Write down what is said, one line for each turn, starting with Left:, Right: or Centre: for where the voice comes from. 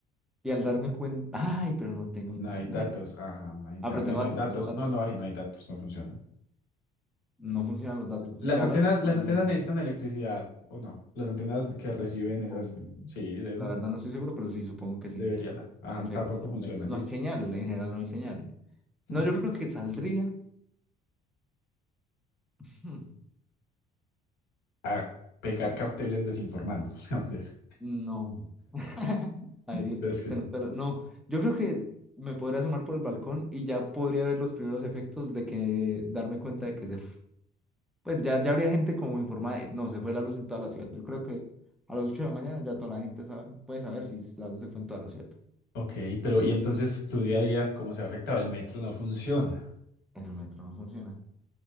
Centre: Y al darme cuenta, ay, pero no tengo
Left: No
Centre: internet.
Left: hay datos, ajá, no hay internet,
Centre: Ah, pero tengo
Left: no
Centre: datos,
Left: hay datos,
Centre: tengo datos.
Left: no, no hay, no hay datos, no funcionan.
Centre: No funcionan los datos.
Left: Las
Centre: Si se va
Left: antenas,
Centre: la luz,
Left: las
Centre: no funciona.
Left: antenas necesitan electricidad, ¿o no? Las antenas que reciben
Centre: Sí, supongo.
Left: esas, sí, deben,
Centre: La verdad no estoy seguro, pero sí, supongo que sí.
Left: deberían, ajá,
Centre: En efecto,
Left: tampoco
Centre: no hay
Left: funcionan,
Centre: datos. No
Left: listo.
Centre: hay señal, en general no hay señal. No,
Left: <laughs>
Centre: yo creo que saldría. <laughs>
Left: A pegar carteles desinformando. <laughs> No, es-
Centre: No. <laughs> Ay,
Left: <laughs>
Centre: Dios,
Left: es que-
Centre: se nos peló. No, yo creo que me podría asomar por el balcón y ya podría ver los primeros efectos de que darme cuenta de que se... f- Pues ya, ya habría gente como informada. de, No, se fue la luz en toda la ciudad. Yo creo que a las 8 de la mañana ya toda la gente sabe, puede saber si la luz se fue en toda la ciudad.
Left: Ok, pero y entonces tu día a día, ¿cómo se ha afectado? El metro no funciona.
Centre: El metro no funciona.